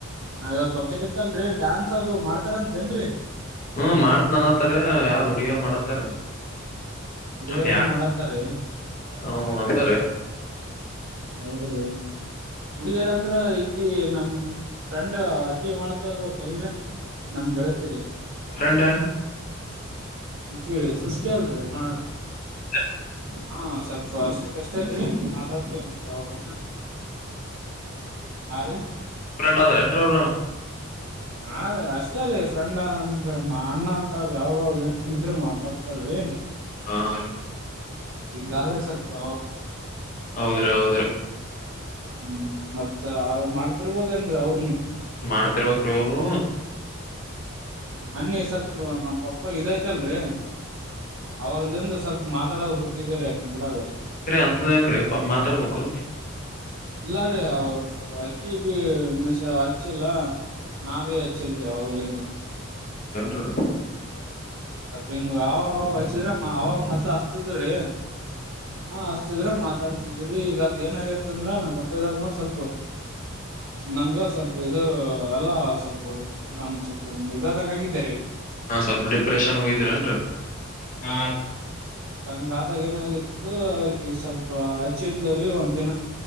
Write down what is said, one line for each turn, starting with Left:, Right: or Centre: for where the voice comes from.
Right: ನಾವ ಇವತ್ ಫಂಕ್ಷನ್ ಇತ್ತಲ್ರರಿ ಡ್ಯಾನ್ಸ್ ಅದು ಮಾಡ್ತಾರ ಅಂತ ಏನ್ರರಿ
Left: ಹ್ಮ್ ಮಾಡತ್ ನನತ್ತಾರ ಯಾರ್ ಹುಡುಗಿಯಾರ್ ಮಾಡತ್ತಾರ
Right: ಹುಡುಗಿಯರ್ನು
Left: ಅದ
Right: ಮಾಡತ್ತಾರ್ರಿ
Left: ಹ ಅಂದ್ರ
Right: ಹೌದ್ರೀ ಹುಡುಗೀರ ಅಂದ್ರ ಈಕಿ ನಮ ಫ್ರೆಂಡ್ ಹಕಿ ಮಾಡ್ತಾ ಇರ್ಬೇಕಲ್ರರಿ ನಮಗೆಳತ್ತೀರಿ
Left: ಫ್ರೆಂಡ್ ಯಾರ
Right: ಈ ಕೇಳಿ ಸೃಷ್ಟಿ ಅಲ್ರಿ ಹಾ
Left: ಹ
Right: ಹಾ ಸ್ವಲ್ಪ ಅಷ್ಟ ಕಷ್ಟ ಮಾತಾಡ್ತೇವ ಯಾವಾಗ ಹಾರಿ
Left: ದ್ರ ಎ ಅವರು
Right: ಹಾ ರೀ ಅಷ್ಟೇ ರೀ ಫ್ರೆಂಡ್ ಅಂದ್ರ ಅಣ್ಣ ಅಂತ್ರಿ ಯಾವಾಗಾಗ ಏನದ್ರರು ಮಾತಾಡ್ತಳ ರಿ
Left: ಹಾ ರೀ
Right: ಹಿಂಗಾದ್ರೆ ಸ್ವಲ್ಪ
Left: ಹೌದ್ರ ಹೌದ್ರ
Right: ಹ್ಮ್ ಮತ್ ಮಾಡ್ತಿರ್ಬೋದೇನ್ರಿ ಅವ್ರನು
Left: ಮಾಡ್ತಿರ್ಬೇಕ್ರ ಅವರು
Right: ಮನ್ನಿ ಸ್ವಲ್ಪ ನಮ್ಮ್ ಪಪ್ಪ ಇದಐ್ತಲ್ರಿ ಅವಾಗ್ಲಂದು ಸ್ವಲ್ಪ ಮಾತಾಡೋದು ಬಿಟ್ಟಿದೇ ರ ಆಕಿನ್ ಗುಡ
Left: ಕೀ ಅಂತದಕ್ರೀ ಮಾತಾಡ್ಬೇಕು
Right: ಇಲ್ಲ ರೀ ಅವ್ರ ಅಕ್ಕಿ ಬಿ ಮ ಅಚ್ಚಿಲ್ಲ ನಾವೇ ಅಚ್ಚಿಲ್ಲರಿ ಅವಾಗಲಂದ್ರೆ
Left: ಹೌದು ನ್ರಿ
Right: ಸ್ವಲ್ಪ ಅವಾಗ ಅವಾಗ ಹಚ್ಚಿದ್ರ ಅವವಾಗ ಮೊದ್ಲು ಹಚ್ಚತದ್ರೀ ಹಾ ಹ ಹಚಿದ್ರ ಮಾತಾಡ್ತಿದ್ರಿ ಈಗದ ಏನ ಆಗತ್ತ ಅಂದ್ರ ನಮ್ಮ ಅಪ್ಪ ಇದದ್ಮಾಗ ಸ್ವಲ್ಪ ನನ್ಗ ಸ್ವಲ್ಪ ಇದು ಅಲ್ಲ ಸ್ವಲ್ಪ ನಾನು ಸ್ವಲ್ಪ ಇದಾದಂಗ ಆಗಿದ್ದೇನೆ
Left: ಹಾ ಸ್ವಲ್ಪ ಡಿಪ್ರೆಷನ್ ಹೋಗಿದ್ರ ನ್ರಿ ಹಾ
Right: ಕಂಗಾದಾಗ ಏನಾಗಿತ್ತು ಆಕಿ ಸ್ವಲ್ಪ ಹಚ್ಚಿ ಇಲ್ದ್ರೀ ಒಂದ ದಿನ